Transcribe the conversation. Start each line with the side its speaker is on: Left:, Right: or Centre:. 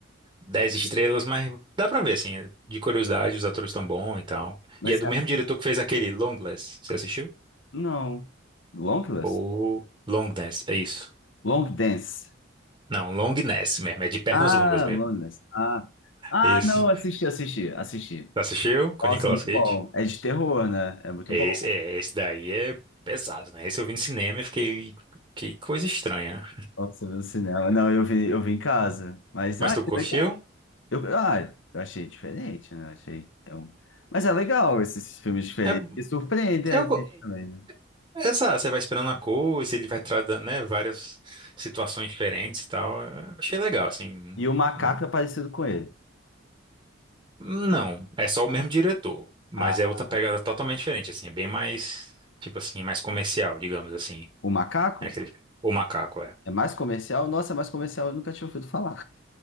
Right: 10 estrelas, mas dá pra ver, assim, de curiosidade, os atores estão bons e tal.
Left: mas
Right: E é do
Left: você
Right: mesmo
Left: acha-
Right: diretor que fez aquele Longlegs, você assistiu?
Left: não. Longless?
Right: Ou Longness, é isso.
Left: Long Dance.
Right: Não, Longness mesmo, é de pernas
Left: Ah,
Right: longas mesmo.
Left: Loneliness. Ah, ah,
Right: Isso.
Left: não, assisti, assisti, assisti.
Right: Assistiu? Com
Left: Nossa,
Right: Nicolas
Left: muito
Right: Cage?
Left: bom. É de terror, né? É muito
Right: Esse,
Left: bom.
Right: é, esse daí é pesado, né? Esse eu vi no cinema e fiquei. Que coisa estranha.
Left: Nossa, eu vi no cinema. Não, eu vi, eu vi em casa. Mas,
Right: Mas
Left: ah,
Right: tu
Left: que
Right: curtiu?
Left: legal. Eu, ah, eu achei diferente, né? Eu Achei, é um- Mas é legal esses filmes diferentes
Right: É,
Left: que surpreendem a
Right: eu,
Left: gente
Right: go-
Left: também,
Right: é
Left: né?
Right: essa, você vai esperando a coisa, ele vai tratando, né, várias situações diferentes e tal. Eu achei legal, assim.
Left: E o macaco
Right: Hum,
Left: é parecido com ele.
Right: Não, é só o mesmo diretor, mas
Left: Ah,
Right: é outra pegada totalmente diferente, assim, é bem mais, tipo assim, mais comercial, digamos assim.
Left: o macaco
Right: É aquele, o macaco, é.
Left: é mais comercial? Nossa, é mais comercial, eu nunca tinha ouvido falar.